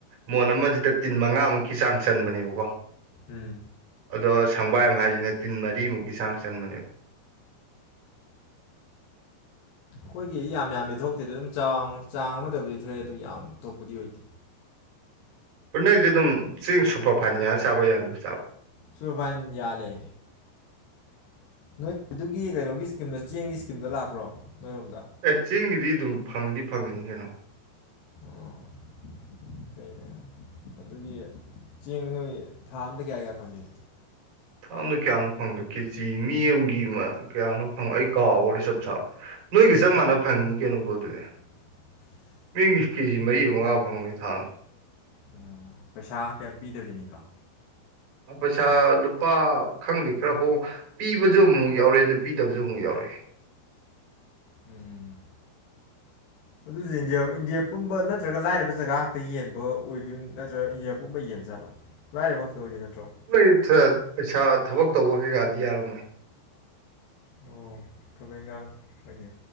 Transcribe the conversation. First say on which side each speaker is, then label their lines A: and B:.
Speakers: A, on the right; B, on the left.
A: ꯃꯣꯟ ꯑꯃꯁꯤꯗ ꯇꯤꯟ ꯃꯉꯥꯃꯨꯛ ꯀꯤ ꯆꯥꯡ ꯆꯟꯕꯅꯦꯕꯀꯣ
B: ꯎꯝ
A: ꯑꯗꯣ ꯁꯪꯕꯥꯏ ꯑꯃ ꯍꯥꯏꯁꯤꯅ ꯇꯤꯟ ꯃꯔꯤꯃꯨꯛꯀꯤ ꯆꯥꯡ ꯆꯟꯕꯅꯦꯕ
B: ꯑꯩꯈꯣꯏꯒꯤ ꯌꯥꯝ ꯌꯥꯝꯗꯤ ꯊꯣꯛꯇꯦꯗ ꯑꯗꯨꯝ ꯆꯥꯡ ꯆꯥꯡ ꯑꯃꯗꯕꯨꯗꯤ ꯊꯣꯛꯑꯦ ꯑꯗꯨ ꯌꯥꯝ ꯊꯣꯛꯄꯗꯤ ꯑꯣꯏꯗꯦ
A: ꯕꯥꯏ ꯅꫭꯏꯗꯤ ꯑꯗꯨꯝ ꯆꯦꯡ ꯁꯨꯄꯔ ꯐꯥꯏꯟ ꯌꯥꯜ ꯆꯥꯕꯔ ꯌꯥꯗꯕꯤ ꯆꯥꯕꯔ
B: ꯁꯨꯄꯔ ꯐꯥꯏꯟ ꯌꯥꯜꯂꯦ ꯅꯣꯏ ꯑꯗꯨꯒꯤ ꯀꯩꯅꯣꯒꯤ ꯏꯁꯀꯤꯝꯗ ꯆꯦꯡꯒꯤ ꯏꯁꯀꯤꯝꯗ ꯂꯥꯛꯄ꯭ꯔꯣ ꯅꯣꯏꯔꯣꯝꯗ
A: ꯑꯦ ꯆꯤꯡꯒꯤꯗꯤ ꯑꯗꯨꯝ ꯐꯪꯗꯤ ꯐꯪꯒꯅꯤ ꯀꯩꯅꯣ
B: ꯑꫭ ꯀꯩꯅꯦ ꯑꯗꯨꯒꯤ ꯆꯦꯡ ꯅꯣꯏ ꯊꯥ ꯑꯝꯇ ꯀꯌꯥ ꯀꯌꯥ ꯐꯪꯒꯦ
A: ꯊꯥ ꯑꯃꯗ ꯀꯌꯥꯅꯣ ꯐꯪꯕꯗꯣ ꯀꯦꯖꯤ ꯃꯤ ꯑꯃꯒꯤ ꯀꯌꯥꯅꯣ ꯐꯪꯕ ꯑꯩ ꯀꯥꯎꯈꯔꯦ ꯆꯞ ꯆꯥꯕ ꯅꯣꯏꯒ ꯆꯞ ꯃꯥꯟꯅꯕ ꯐꯪꯉꯤꯅꯤ ꯀꯩꯅꯣꯕꯣ ꯑꯗꯨꯗꯤ
B: <inaudible>
A: ꯃꯤꯡꯒꯤ ꯀꯦꯖꯤ ꯃꯔꯤ ꯃꯉꯥ ꯐꯪꯕꯅꯤ ꯊꯥꯗꯥ
B: ꯎꯝ ꯄꯩꯁꯥ ꯀꯩꯝ ꯄꯤꯗꯕꯤꯅꯤꯀꯣ
A: ꯄꯩꯁꯥ ꯂꯨꯄꯥ ꯈꯪꯗꯦ ꯈꯔ ꯍꯣꯡ ꯄꯤꯕꯁꯨ ꯑꯃꯨꯛ ꯌꯥꯎꯔꯦ ꯑꯗꯨ ꯄꯤꯗꯕꯁꯨ ꯑꯃꯨꯛ ꯌꯥꯎꯔꯦ
B: ꯎꯝ ꯑꯗꯨꯁꯨ ꯏꯟꯗꯤꯌꯥ ꯏꯟꯗꯤꯌꯥ ꯄꯨꯝꯕ ꯅꯠꯇ꯭ꯔꯒ ꯂꯥꯏꯔꯕ ꯖꯒꯥ ꯉꯥꯛꯇ ꯌꯦꯟꯕ ꯑꯣꯏꯗꯣꯏ ꯅꯠꯇ꯭ꯔꯒ ꯏꯟꯗꯤꯌꯥ ꯄꯨꯝꯕ ꯌꯦꯟ ꯖꯠꯂꯣ ꯂꯥꯏꯔꯕ ꯈꯛꯇ ꯑꯣꯏꯗꯣꯏ ꯅꯠꯇ꯭ꯔꯣ
A: ꯂꯩꯊꯥꯠ ꯄꯩꯁꯥ ꯊꯕꯛ ꯇꯧꯕ ꯀꯩꯀꯥꯗꯤ ꯌꯥꯔꯝꯃꯣꯏ
B: ꯑꯣ ꯊꯕꯩ ꯏꯈꯥꯡ ꯍꯣꯏꯅꯦ